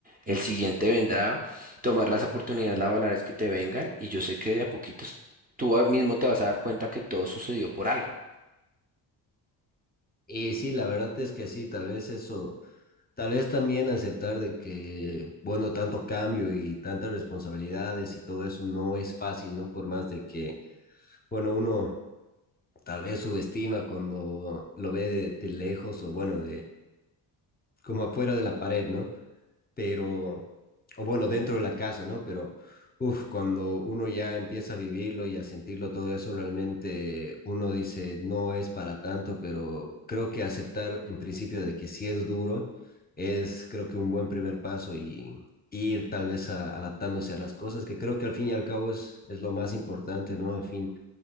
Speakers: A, on the right; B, on the left.
A: El siguiente vendrá, tomar las oportunidades laborales que te vengan y yo sé que de a poquitos tú a- mismo te vas a dar cuenta que todo sucedió por algo.
B: Y sí, la verdad es que sí, tal vez eso Tal vez también aceptar de que, bueno, tanto cambio y tantas responsabilidades y todo eso no es fácil, ¿no? Por más de que, bueno, uno tal vez subestima cuando lo ve de, de lejos o, bueno, de como afuera de la pared, ¿no? pero, o bueno, dentro de la casa, ¿no? Pero, uff, cuando uno ya empieza a vivirlo y a sentirlo todo eso, realmente uno dice, no es para tanto, pero creo que aceptar en principio de que sí es duro es, creo que un buen primer paso y ir tal vez a- adaptándose a las cosas, que creo que al fin y al cabo es, es lo más importante, ¿no? Al fin